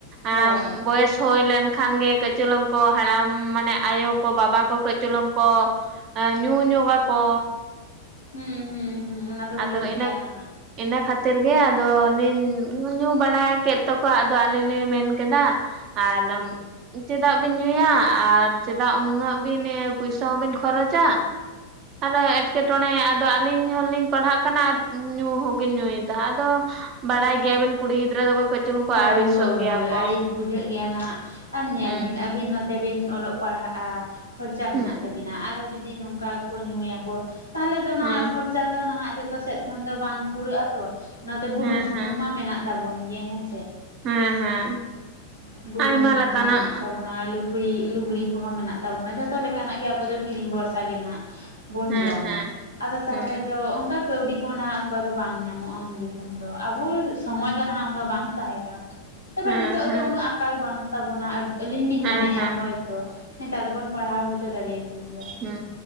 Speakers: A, on the left; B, on the right.
A: ᱦᱳᱭ᱾
B: ᱟᱸ ᱵᱚᱭᱮᱥ ᱦᱩᱭ ᱞᱮᱱᱠᱷᱟᱱ ᱜᱮ ᱠᱟᱹᱡᱪᱩᱞᱝ ᱠᱚ ᱦᱟᱲᱟᱢ ᱢᱟᱱᱮ ᱟᱭᱳ ᱠᱚ ᱵᱟᱵᱟ ᱠᱚ ᱠᱟᱹᱡᱪᱚᱞᱝ ᱠᱚ ᱧᱩ ᱧᱚᱜᱟ ᱠᱚ᱾
A: ᱦᱩᱸ ᱦᱩᱸ ᱦᱩᱸ᱾ ᱚᱱᱟ ᱫᱚ ᱦᱩᱭᱩᱜ
B: ᱟᱫᱚ
A: ᱜᱮᱭᱟ
B: ᱤᱱᱟ.
A: ᱱᱟᱦᱟᱜ
B: ᱤᱱᱟᱹ ᱠᱷᱟᱹᱛᱤᱨ ᱜᱮ ᱟᱫᱚᱞᱤᱧ ᱧᱩ ᱵᱟᱲᱟ ᱠᱮᱫ ᱛᱟᱠᱚ ᱟᱫᱚ ᱟᱞᱮ ᱞᱮ ᱢᱮᱱ ᱠᱮᱫᱟ ᱟᱨ ᱪᱮᱫᱟᱜ ᱵᱤᱱ ᱧᱩᱭᱟ ᱟᱨ ᱪᱮᱫᱟᱜ ᱩᱱᱟᱹᱜ ᱵᱤᱱ ᱯᱚᱭᱥᱟ ᱦᱚᱸᱵᱤᱱ ᱠᱷᱚᱨᱚᱪᱟ᱾ ᱟᱫᱚ ᱮᱸᱴᱠᱮᱴᱚᱬᱮ ᱟᱫᱚ ᱟᱹᱞᱤᱧ ᱦᱚᱞᱤᱧ ᱯᱟᱲᱦᱟᱜ ᱠᱟᱱᱟ ᱟᱨ ᱧᱩ ᱦᱚᱸᱠᱤᱱ ᱧᱩᱭᱮᱫᱟ᱾ ᱟᱫᱚ ᱵᱟᱲᱟᱭ ᱜᱮᱭᱟᱵᱤᱱ ᱠᱩᱲᱤ ᱜᱤᱫᱽᱨ ᱫᱚᱠᱚ ᱠᱟᱹᱡ ᱪᱩᱞᱩᱝ ᱠᱚ
A: ᱦᱳᱭ
B: ᱟᱹᱲᱤᱥᱚᱜ
A: ᱦᱳᱭ
B: ᱜᱮᱭᱟ
A: ᱦᱳᱭ
B: ᱠᱚ
A: ᱟᱹᱲᱤᱥ ᱵᱩᱡᱷᱟᱹᱜ ᱜᱮᱭᱟ ᱱᱟᱦᱟᱜ ᱟᱨ ᱧᱮᱞ
B: ᱦᱩᱸ
A: ᱵᱤᱱ ᱟᱹᱵᱤᱱ ᱱᱚᱛ ᱛᱮᱵᱤᱱ ᱚᱞᱚᱜ ᱯᱟᱲᱦᱟᱜᱼᱟ ᱠᱷᱚᱨᱪᱟ
B: ᱦᱩᱸ
A: ᱢᱮᱱᱟᱜ ᱛᱟᱵᱤᱱᱟ ᱟᱨᱦᱚᱸ ᱡᱩᱫᱤ ᱱᱚᱝᱠᱟ ᱠᱚ ᱧᱩᱭᱟᱠᱚ᱾ ᱛᱟᱦᱚᱞᱮ ᱫᱚ ᱱᱟᱦᱟᱜ
B: ᱦᱩᱸ
A: ᱠᱷᱚᱨᱪᱟ ᱫᱚ ᱱᱟᱦᱟᱜ ᱡᱚᱛᱚ ᱥᱮᱫ ᱠᱷᱚᱱ ᱫᱚ ᱵᱟᱝ ᱠᱩᱲᱟᱹᱜᱼᱟ᱾ ᱛᱚ ᱱᱚᱛᱮ ᱵᱩᱞᱩᱝ
B: ᱦᱮᱸ
A: ᱥᱩᱱᱩᱢ
B: ᱦᱮᱸ ᱦᱮᱸ
A: ᱢᱟ ᱢᱮᱱᱟᱜ ᱛᱟᱵᱚᱱ ᱜᱮ ᱦᱮᱸ ᱥᱮ᱾
B: ᱦᱮᱸ ᱦᱮᱸ
A: ᱵᱩᱞᱩᱝ
B: ᱟᱭᱢᱟ
A: ᱥᱩᱱᱩᱢ
B: ᱞᱮᱠᱟᱱᱟᱜ
A: ᱢᱟ ᱢᱮᱱᱟᱜ ᱛᱟᱵᱚᱱᱟ᱾ ᱞᱩᱜᱽᱲᱤᱡ ᱞᱩᱜᱽᱲᱤ ᱠᱚᱦᱚᱸ ᱢᱮᱱᱟᱜ ᱛᱟᱵᱚᱱᱟ ᱡᱷᱚᱛᱚ ᱞᱮᱠᱟᱱᱟᱜ ᱜᱮ ᱟᱵᱚ ᱫᱚ ᱠᱤᱨᱤᱧ ᱵᱷᱚᱨᱥᱟ ᱜᱮ ᱱᱟᱦᱟᱜ ᱵᱚᱱ
B: ᱦᱮᱸ
A: ᱡᱚᱢᱟ
B: ᱦᱮᱸ
A: ᱟᱫᱚ ᱛᱟᱦᱚᱞᱮ
B: ᱦᱩᱸ
A: ᱫᱚ ᱚᱱᱠᱟ ᱠᱟᱹᱣᱰᱤ ᱠᱚᱦᱚᱸ ᱱᱟᱦᱟᱜ ᱚᱱᱠᱟ ᱫᱚ ᱵᱟᱝ ᱧᱟᱢᱚᱜᱼᱟ ᱩᱱ ᱡᱚᱠᱷᱚᱱ ᱫᱚ ᱟᱵᱚ ᱥᱚᱢᱚᱭ ᱫᱚ ᱱᱟᱦᱟᱜ ᱚᱱᱠᱟ ᱵᱟᱝ ᱛᱟᱦᱮᱸ ᱠᱟᱱᱟ ᱛᱚᱵᱮ
B: ᱦᱮᱸ
A: ᱱᱤᱛᱚᱜ
B: ᱦᱮᱸ
A: ᱫᱚ ᱩᱱᱟᱹᱜ ᱟᱠᱟᱞ ᱵᱟᱹᱱᱩᱜ ᱛᱟᱵᱚᱱᱟ ᱟᱞᱤᱧ ᱞᱤᱧ ᱢᱚᱱᱮᱭᱮᱫᱼᱟ
B: ᱦᱮᱸ ᱦᱮᱸ
A: ᱦᱳᱭ ᱛᱚ᱾ ᱛᱚ ᱱᱮᱛᱟᱨ ᱫᱚᱵᱚᱱ ᱯᱟᱲᱦᱟᱣ ᱦᱚᱪᱚ ᱫᱟᱲᱮᱭᱟᱠᱚ ᱜᱮᱭᱟ᱾
B: ᱦᱩᱸ᱾